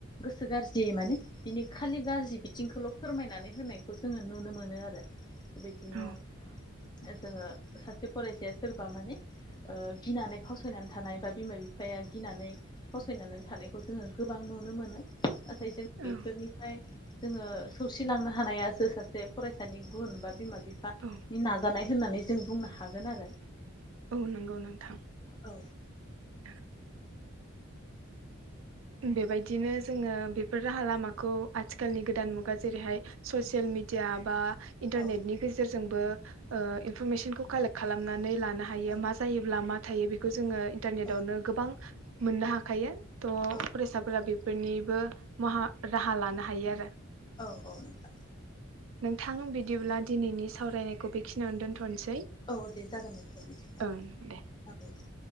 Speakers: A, on the left (about 20°); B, on the right (about 75°).
A: गोसो गाज्रि माने बिनि खालि गाज्रि बिथिंखौल' फोरमायनानै होनायखौ जोङो नुनो मोनो आरो बिदिनो
B: औ
A: जोङो सासे फरायसाया सोरबा माने गिनानै फसायनानै थानाय बा बिमा बिफाया गिनानै फावसायनानै थानायखौ जोङो गोबां नुनो मोनो नाथाय जों
B: औ
A: बेफोरनिफ्राय जोङो सौसिलांनो हानायासो सासे फरायसानि गुन बा बिमा बिफानि
B: औ
A: नाजानाय होननानै जों बुंनो हागोन आरो
B: औ नंगौ नोंथां
A: औ
B: <inaudible> बेबायदिनो जोङो बेफोर राहा लामाखौ आथिखालनि गोदान मुगा जेरैहाय ससियेल मिडिया बाइनटारनेटनि
A: औ
B: गेजेरजोंबो इन्फरमेशनफोरखौ खालेक खालामनानै लाबो नो हायो
A: औ
B: मा जायोब्ला मा थायो बेखौ जोङो इन्टारनेटावनो
A: औ
B: गोबां मोननो हाखायो थह
A: औ
B: फरायसाफोरा बेफोरनिबो म राहा लानो हायो आरो
A: औ औ नोंथां
B: नोंथां बिदिब्ला दिनैनि सावरायनायखौ बेखिनियावनो दोनथ'नोसै
A: औ दे जागोन दोनथ बिदिब्ला
B: ओं दे
A: औ दे